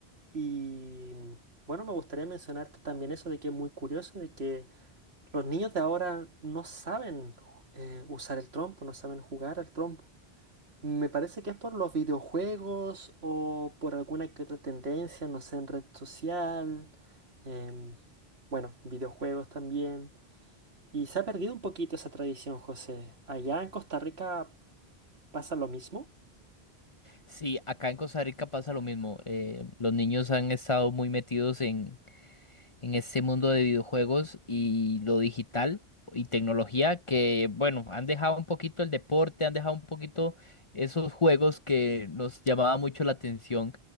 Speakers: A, on the right; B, on the left.
A: Y mm, bueno, me gustaría mencionarte también eso de que es muy curioso, de que los niños de ahora no saben eh, usar el trompo, no saben jugar al trompo. Me parece que es por los videojuegos o por alguna que otra tendencia, no sé, en red social. em, bueno, videojuegos también. Y se ha perdido un poquito esa tradición, José. ¿Allá en Costa Rica pasa lo mismo?
B: Sí, acá en Costa Rica pasa lo mismo. eh, los niños han estado muy metidos en en este mundo de videojuegos y lo digital y tecnología que, bueno, han dejado un poquito el deporte, han dejado un poquito esos juegos que nos llamaba mucho la atención